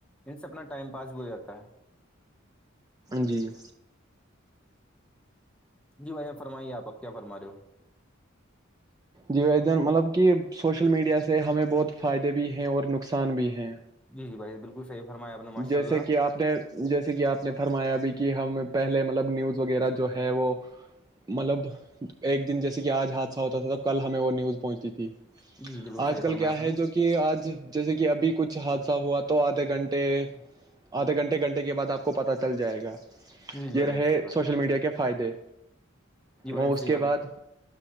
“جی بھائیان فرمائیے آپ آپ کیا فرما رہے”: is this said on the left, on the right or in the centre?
Centre